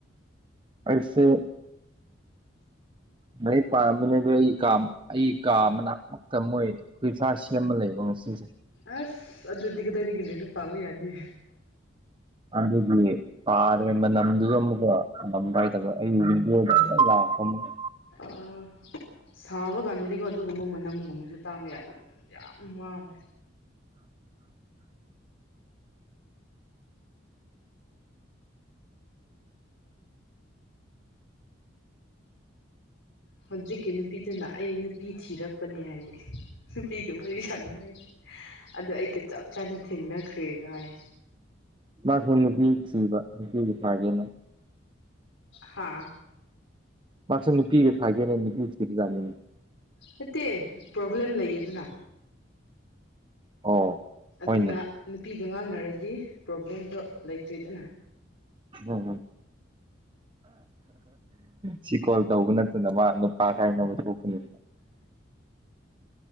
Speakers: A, on the right; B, on the left.
A: ꯑꯩꯁꯦ ꯃ ꯄꯥꯔꯝꯕꯅꯤ ꯑꯗꯨ ꯑꯩꯥ ꯑꯩ ꯀꯥ ꯃꯅꯥꯛꯃꯛꯇ ꯃꯣꯏ ꯍꯨꯏꯐꯥ ꯁꯦꯝꯃ ꯂꯩ ꯑꯦ <inaudible>
B: ꯑꯁ ꯑꯗꯨꯗꯤ ꯀꯗꯥꯢꯗꯒꯤ ꯂꯥꯏꯔꯤꯛ ꯄꯥꯕꯥ ꯌꯥꯅꯤ
A: ꯑꯗꯨꯗꯤ ꯄꯥꯗꯦ ꯃꯅꯝꯗꯨꯁꯨ ꯑꯃꯨꯛꯀ ꯅꯝꯕ ꯍꯥꯏꯇꯥ ꯑꯨ ꯂꯑꯣ <inaudible> <inaudible>
B: ꯑ ꯁꯥꯕ ꯀꯥꯟꯗꯗꯤꯀꯣ ꯑꯗꯨꯒꯨꯝꯕ ꯃꯅꯝꯒꯨꯝꯕꯁꯨ ꯇꯥꯕ ꯌꯥꯗꯝꯅꯦ ꯌꯥꯝ ꯋꯥꯃꯦ ꯍꯧꯖꯤꯛꯀꯤ ꯅꯨꯄꯤꯗꯨꯅ ꯑꯩ ꯅꯨꯄꯤ ꯊꯤꯔꯛꯄꯅꯦ ꯍꯥꯏꯌꯦ ꯅꯨꯄꯤꯒ ꯋꯥꯔꯤ ꯁꯥꯟꯅꯉꯩ ꯑꯗꯣ ꯑꯩꯒ ꯆꯞ ꯆꯥꯅ ꯊꯦꯡꯅꯈ꯭ꯔꯦꯒꯥꯏ
A: ꯃꯥꯁꯨ ꯅꯨꯄꯤ ꯊꯤꯕ ꯅꯨꯄꯤꯒꯤ ꯐꯥꯒꯦꯅ
B: ꯍꯥꯥ
A: ꯃꯥꯁꯦ ꯅꯨꯄꯤꯒ ꯊꯥꯏꯒꯦꯅꯦ ꯅꯨꯄꯤ ꯀꯤꯕꯖꯠꯅꯦ
B: ꯅꯠꯇꯦ ꯄ꯭ꯔꯣꯕ꯭ꯂꯦꯝ ꯂꯩꯌꯦ ꯑꯗꯨꯅ
A: ꯑꯣ
B: ꯑꯗꯨꯅ
A: ꯍꯣꯏꯅꯦ
B: ꯅꯨꯄꯤꯒ ꯉꯥꯡꯅꯔꯗꯤ ꯄ꯭ꯔꯣꯕ꯭ꯂꯦꯝꯗꯣ ꯂꯩꯇ꯭ꯔꯤꯗꯅ
A: ꯎꯝ ꯁꯤ ꯀꯣꯜ ꯇꯧꯕ ꯅꯠꯇꯅ ꯃꯥ ꯅꯨꯄꯥ ꯀꯥꯏꯅꯕ ꯊꯣꯛꯄꯅꯦ